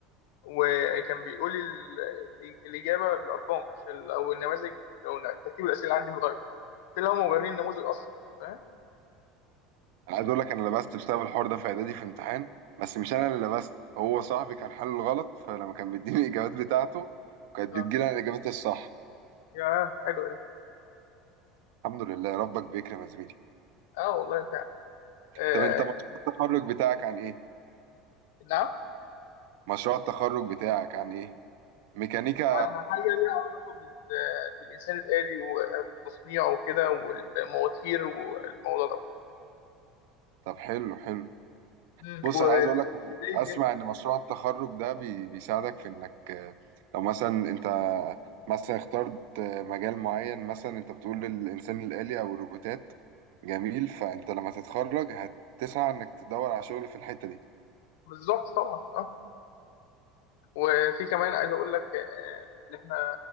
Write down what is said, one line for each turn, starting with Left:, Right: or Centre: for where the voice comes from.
Left: وكان بيقول لي ال- الاجابه بالارقام عشان لو النماذج لو ترتيب الاسئله عندي متغير اللي هم مبررين النموذج اصلا فاهم
Right: أنا عايز أقول لك أنا لبست بسبب الحوار ده في إعدادي في امتحان بس مش أنا اللي لبست هو صاحبي كان حل غلط فلما كان بيديني <laughs> الإجابات بتاعته كانت
Left: اه
Right: بتجيلي أنا إجابتي الصح
Left: يا حلوه دي
Right: الحمد لله ربك بيكرم يا زميلي
Left: اه والله فعلا آه
Right: طب أنت مشروع التخرج بتاعك عن إيه؟
Left: نعم
Right: مشروع التخرج بتاعك عن إيه؟ ميكانيكا
Left: على حاجه ليها علاقه بال... بالانسان الالي وتصنيعه وكده والمواتير والموضوع ده
Right: طب حلو حلو
Left: مم.
Right: بص
Left: ودايس
Right: انا عايز اقول لك اسمع
Left: جامد
Right: ان مشروع التخرج ده بي بيساعدك في انك آه، لو مثلا انت مثلا اخترت آه، مجال معين مثلا انت بتقول الانسان الآلي او الروبوتات جميل فانت لما تتخرج هتسعى انك تدور على شغل في الحتة دي
Left: بالظبط طبعا اه وفي كمان عايز اقول لك آه، ان احنا